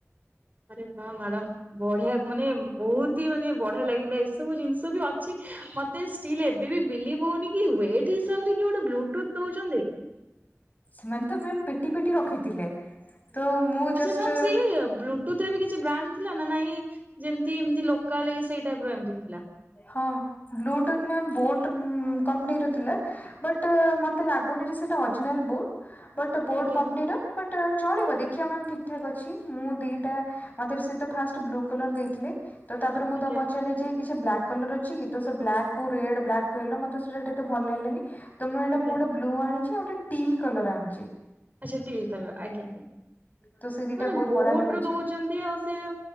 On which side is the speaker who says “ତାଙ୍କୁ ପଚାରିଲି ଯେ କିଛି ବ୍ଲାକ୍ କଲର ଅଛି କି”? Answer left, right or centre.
Left